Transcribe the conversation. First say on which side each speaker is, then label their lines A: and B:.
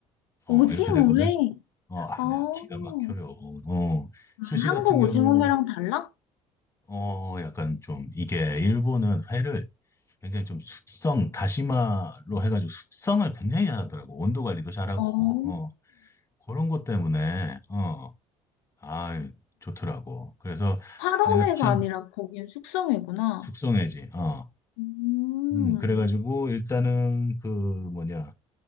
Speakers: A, on the left (about 20°); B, on the left (about 80°).
A: 어,
B: 오징어
A: 이렇게 되거든.
B: 회.
A: 어, 아,
B: 어,
A: 기가 막혀요. 어,
B: 아,
A: 스시
B: 한국
A: 같은 경우에는
B: 오징어 회랑 달라?
A: 어, 약간 좀 이게 일본은 회를 굉장히 좀 숙성, 다시마로 해가지고 숙성을 굉장히 잘하더라고. 온도 관리도 잘하고.
B: 어,
A: 어, 그런 것 때문에 어, 아, 좋더라고. 그래서
B: 활어회가
A: 내가 추천
B: 아니라 거기는 숙성회구나.
A: 숙성회지. 어.
B: 음.
A: 음, 그래가지고 일단은 그 뭐냐